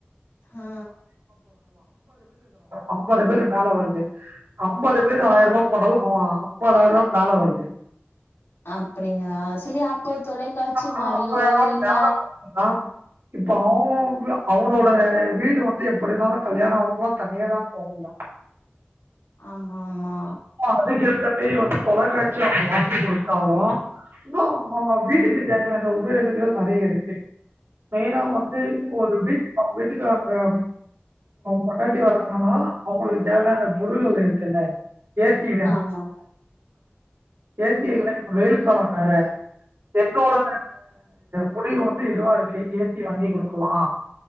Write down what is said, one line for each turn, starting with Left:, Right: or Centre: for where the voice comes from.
Left: ஆ
Right: அம்பது பேர் மேல வருது அம்பது பேர் ஆயிரூபா போட்டாலு அ அம்பாதயிரம் ரூபா மேல வருது
Left: அப்படிங்க லா சரி அப்போ தொலைக்காட்சி
Right: ஆ
Left: மாரியோ
Right: அப்ப
Left: இல்ல
Right: ஞாபகம் வந்ததுன்னா, இப்ப அவன் வி- அவனோட வீடு வந்து எப்படினாலு கல்யாணம் ஆணங்களா தனியதா போவங்களா
Left: ஆமா ஆமா
Right: ஆ வீட்டிய தட்டி ஒத் தொலைக்காட்சி அவுங்க வாங்கி கொடுத்தாலு <unintelligible> வீட்டுக்கு தேவையான உலோகங்கள் நறைய இருக்கு மெயினா வந்து ஒரு வீட்டுக்கு அவுங்க வீட்டுக்கு அங்க பொண்டாட்டி வர்றாங்கனா அவுங்களுக்கு தேவையான பொருள் அஙக இருக்குல்ல ஏசி வேண
Left: ஆமா
Right: ஏசி வெயில் காலம் வேற என்னோட முடிவு வந்து இதுவா இருக்கு ஏசி ஏசிவாங்கி குடுக்கலா